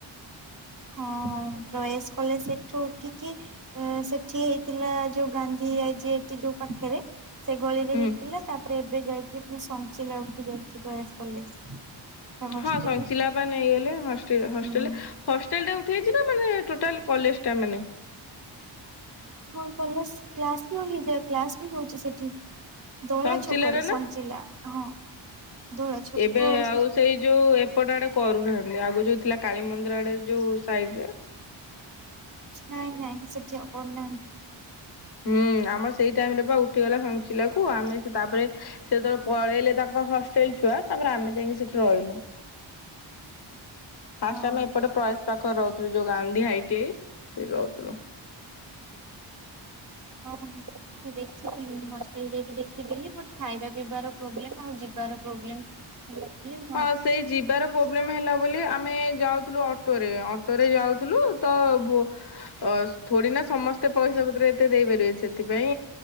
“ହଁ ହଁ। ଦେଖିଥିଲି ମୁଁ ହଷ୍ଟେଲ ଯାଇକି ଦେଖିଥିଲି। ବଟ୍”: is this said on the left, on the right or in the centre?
Right